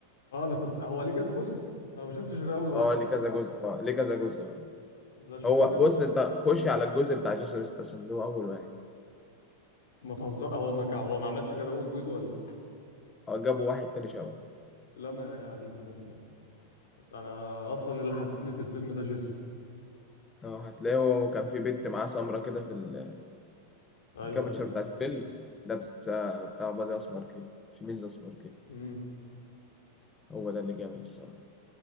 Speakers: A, on the left; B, on the left.
A: اه انا كنت هو ليه كذا جزء انا ما شفتش غير اول واحد
B: اه ليه كذا جزء اه ليه كذا جزء اه
A: لا شكله
B: هو
A: جامد.
B: بص انت خش على الجزء بتاع جاسون استسمع اللي هو اول واحد
A: ما تهزر هو ما كان هو ما عملش غير اول جزء ولا إيه؟
B: اه جابوا واحد تاني شبهه
A: لا ما يا دين امي انا اصلا اللي حببني في الفيلم ده جيسون
B: اه هتلاقيه كان في بنت معاه سمرة كده في ال...
A: ايوه
B: في الكابتشر
A: ايوه
B: بتاعت الفيلم لابسة بتاع بادي أسمر كده شميز أسمر كده
A: امم
B: هو ده اللي جامد الصراحة